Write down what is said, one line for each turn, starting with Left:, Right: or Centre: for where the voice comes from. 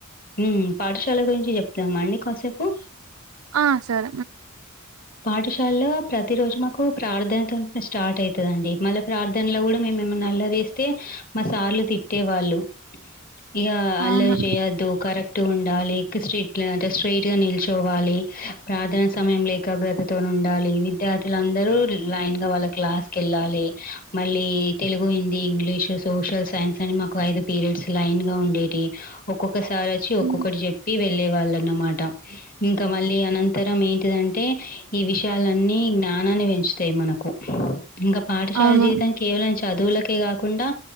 Left: ఉమ్ పాఠశాల గురించి చెప్తామా అండి కాసేపు
Right: ఆ సరే
Left: పాఠశాలలో ప్రతిరోజు మాకు ప్రార్థనతో ఉ స్టార్ట్ అవుతుందండి. మళ్ళీ ప్రార్థనలో కూడా మేమేమన్నా నల్ల తీస్తే మాసార్లు తిట్టే వాళ్ళు. ఇక అల్లరి
Right: అవును
Left: చేయొద్దు కరెక్ట్ ఉండాలి స్ట్రట్ అంటే స్ట్రయిట్ గా నిల్చోవాలి ప్రార్థనా సమయం లో ఏకాగ్రతతో ఉండాలి విద్యార్థులందరూ లైన్ గా వాళ్ళ క్లాస్ కి వెళ్ళాలి. మళ్ళీ Telugu, Hindi English, social, science అని మాకు ఐదు పీరియడ్స్ లైన్ గా ఉండేవి. ఒక్కొక్కసార్ వచ్చి ఒక్కొక్కటి
Right: హ్మ్.
Left: చెప్పి వెళ్ళే వాళ్ళన్నమాట. ఇంకా మళ్ళీ అనంతరం ఏంటిదంటే ఈ విషయాలన్నీ జ్ఞా జ్ఞానాన్ని పెంచుతాయి మనకు ఇంకా పాఠశాల
Right: అవును
Left: జీవితం కేవలం చదువులకే కాకుండా,